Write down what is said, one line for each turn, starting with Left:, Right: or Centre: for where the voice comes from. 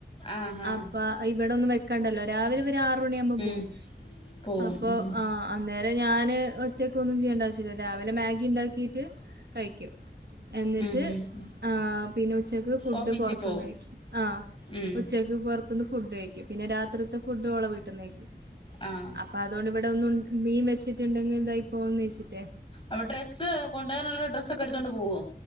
Left: ആഹ് ആഹ്
Right: അപ്പ ഇവിടെ ഒന്നും വെക്കണ്ടല്ലോ രാവിലെ ഇവരാ റ് മണ്യാവുമ്പം
Left: ഉം
Right: പോവും
Left: പോവും
Right: അപ്പാെ
Left: ഉം
Right: ആഹ് അന്നേരം ഞാന് ഒറ്റക്കാെന്നും ചെയ്യേണ്ട ആവശ്യല്ല രാവിലെ മാഗിണ്ടാക്കീട്ട് കഴിക്ക്യും എന്നിട്ട്
Left: ഉം ഉം
Right: ആഹ് പിന്നെ ഉച്ചക്ക് ഫുഡ്
Left: ഓഫീസിൽ
Right: പൊർത്ത്ന്ന്
Left: പോവും
Right: കഴിക്ക്യും ആഹ്
Left: ഉം
Right: ഉച്ച ക്ക് പാെർത്ത്ന്ന് ഫുഡ്ഡ് കഴിക്ക്യും പിന്നെ രാത്രിത്തെ ഫുഡ്ഡ് ഓളെ വീട്ടിന്ന് കഴിക്ക്യും
Left: ആഹ്
Right: അപ്പ അതോണ്ട് ഇവിടെ ഒന്നും മീൻ വെച്ചിട്ട്ണ്ടെങ്കിൽതായി പോവ്ന്ന് വെച്ചിട്ടേ
Left: അപ്പോ ഡ്രെസ്സ് കൊണ്ടാേവാന്ള്ള ഡ്രെസ്സൊക്കെ എട്ത്താേണ്ട് പോവോ